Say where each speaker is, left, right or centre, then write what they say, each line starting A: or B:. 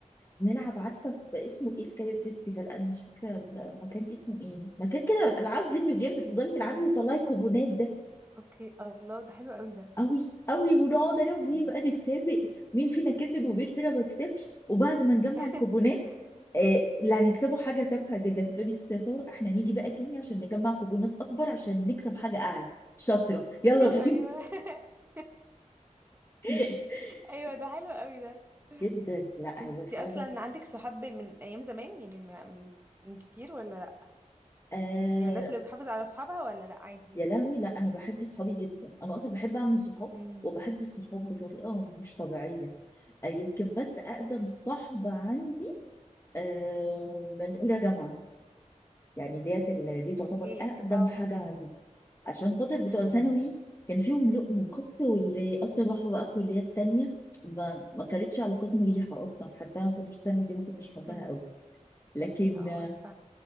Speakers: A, on the left; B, on the right.
A: نلعب عارفه في اسمه ايه في كايرو فيستيفال انا مش فاكره المكان اسمه ايه مكان العاب فيديو جيم بتفضلي تلعبي
B: امم
A: وطلعي الكوبونات ده
B: اوكي الله ده حلو قوي ده
A: قوي قوي ونقعد انا وهي
B: امم
A: بقى نتسابق مين فينا كسب ومين فينا ما كسبش وبعد ما نجمع
B: <laughs>
A: الكوبونات آه اللي هنكسبه حاجه تافهه جدا فتقولي يا ست ساره احنا نيجي بقى تاني عشان نجمع كوبونات اكبر عشان نكسب حاجه اعلى شاطره يلا بينا
B: ايوه <laughs>
A: <laughs>
B: ايوه ده حلو قوي ده
A: جدا لا
B: انت
A: هو فعلا
B: اصلا عندك صحاب من ايام زمان يعني م- من من كتير ولا لا
A: آه
B: يعني الناس اللي بتحافظ على صحابها ولا لا عادي
A: يا لهوي لا انا بحب صحابي جدا انا اصلا بحب اعمل صحاب
B: امم
A: وبحب الصحاب بطريقه مش طبيعيه آه، يمكن بس اقدم
B: امم
A: صاحبه عندي آه، من اولى جامعه يعني ديت ال- دي تعتبر
B: اوكي
A: اقدم
B: اه
A: حاجه عندي عشان خاطر بتوع
B: امم
A: ثانوي كان فيهم لقم وخبز واللي اصلا راحوا بقى كليات تانية ما ما كانتش علاقات مريحه اصلا حتى انا فتره ثانوي دي ما كنتش حباها
B: امم
A: قوي لكن
B: اه انا فاهمه